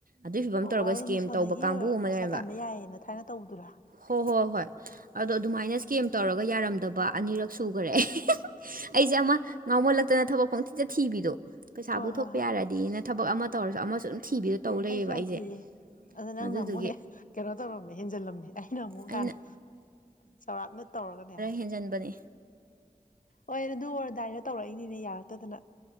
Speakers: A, on the right; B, on the left.
A: ꯑꯗꯨꯏ ꯐꯤꯕꯝ
B: ꯑꯣ
A: ꯇꯧꯔꯒ
B: ꯑꯣ ꯑꯗꯨ
A: ꯏꯁꯀꯦꯝ
B: ꯃꯤꯁꯣꯗꯒꯤ
A: ꯇꯧꯕ ꯀꯥꯡꯕꯨ ꯑꯃ
B: ꯄꯩꯁꯥ
A: ꯂꯩꯕ
B: ꯇꯥꯟꯕ ꯌꯥꯏꯌꯦꯅ ꯊꯥꯏꯅ ꯇꯧꯕꯗꯨꯔꯥ
A: ꯍꯣꯏ ꯍꯣꯏ ꯍꯣꯏ ꯑꯗꯣ ꯑꯗꯨꯃꯥꯏꯅ ꯏꯁꯀꯦꯝ ꯇꯧꯔꯒ ꯌꯥꯔꯝꯗꯕ ꯑꯅꯤꯔꯛ ꯁꯨꯈꯔꯦ ꯑꯩꯁꯦ ꯑꯃ ꯉꯥꯎꯃꯣꯜꯂꯛꯇꯅ ꯊꯕꯛ ꯄꯪꯊꯤꯖ ꯊꯤꯕꯤꯗꯣ ꯄꯩꯁꯥ
B: ꯍꯣꯏ
A: ꯄꯨꯊꯣꯛꯄ
B: ꯍꯣꯏ ꯍꯣꯏ
A: ꯌꯥꯔꯗꯤꯅ ꯊꯕꯛ ꯑꯃ ꯇꯧꯔꯁꯨ ꯑꯃꯁꯨ ꯑꯗꯨꯝ ꯊꯤꯕꯗ ꯇꯧ ꯂꯩꯌꯦꯕ
B: ꯑꯩꯁꯨ ꯌꯥꯝ
A: ꯑꯩꯁꯦ
B: ꯊꯤꯌꯦ ꯑꯗ ꯅꯪꯅ
A: ꯑꯗꯨꯗꯨꯒꯤ
B: ꯑꯃꯨꯛ ꯍꯦꯛ ꯀꯩꯅꯣ ꯇꯧꯔꯝꯃꯦ ꯍꯦꯟꯖꯤꯜꯂꯝꯃꯦ ꯑꯩꯅ ꯑꯃꯨꯛ
A: ꯑꯩꯅ
B: ꯍꯥꯟꯅ ꯆꯥꯎꯧꯔꯥꯛꯅ ꯇꯧꯔꯒꯅꯦ
A: ꯍꯦꯟꯖꯟꯕꯅꯤ
B: ꯍꯣꯏ ꯑꯗꯨ ꯑꯣꯏꯔꯗꯥꯏꯗ ꯇꯧꯔꯛꯏꯅꯤꯅꯦ ꯌꯥꯔꯛꯇꯗꯅ